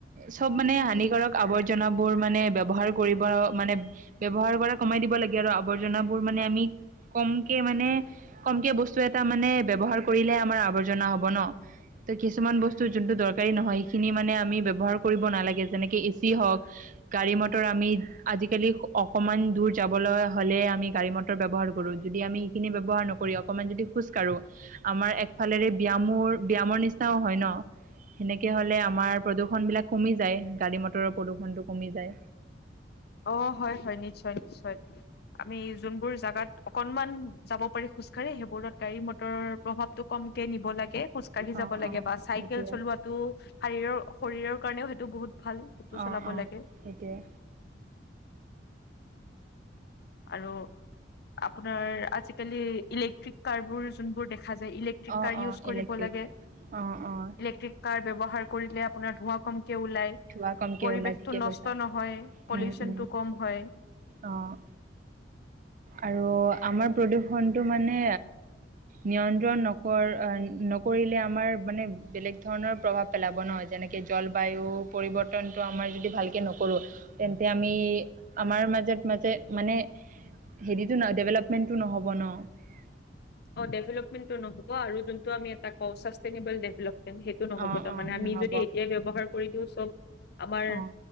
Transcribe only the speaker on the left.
অ হয় হয় নিশ্চয় নিশ্চয়। আমি যোনবোৰ জাগাত। অকনমান যাব পাৰি খোজকাঢ়ে সেইবোৰত গাড়ী মটৰৰ প্ৰভাৱতটো কমকে নিব লাগে। খোজ কাঢ়ি যাব
লাগে
বা চাইকেল
চলোৱাটো শাৰীৰৰ শৰীৰৰ কাৰণেও সেইটো বহুত ভাল হেতু
চলাব
লাগে
আৰু আপোনাৰ আজিকালি ইলেক্ট্ৰিক কাৰ বোৰ যোনবোৰ দেখ ইলেকট্ৰিক
কাৰ
উজ কৰিব
লাগে
।ইলেকট্ৰিক কাৰ ব্যবহাৰ কৰিলে আপোনাৰ ধোঁৱা কম। ওলায়
পৰিবেশটো
নষ্ট
নহয় পলিউচন
টো কম হয়।
অ ডেভেলপমেটো নহ'ব আৰু যোনটো আমি এটা কও সেইটো নহব
তাৰমানে
আমি
যদি এতিয়াই ব্যৱহাৰ কৰি <unintelligible> আমাৰ